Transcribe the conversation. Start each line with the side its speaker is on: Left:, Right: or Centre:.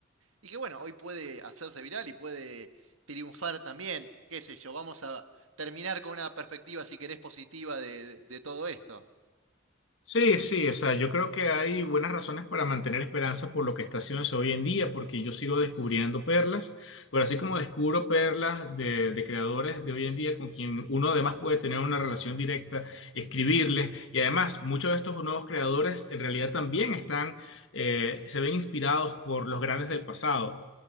Right: y que bueno, hoy puede hacerse viral y puede triunfar también, qué sé yo, vamos a terminar con una perspectiva, si querés, positiva de, de- de todo esto.
Left: Sí, sí, o sea, yo creo que hay buenas razones para mantener esperanza por lo que está haciéndose hoy en día, porque yo sigo descubriendo perlas, pero así como descubro perlas de, de creadores de hoy en día con quien uno además puede tener una relación directa, escribirles, y además muchos de estos nuevos creadores en realidad también están, eh, se ven inspirados por los grandes del pasado.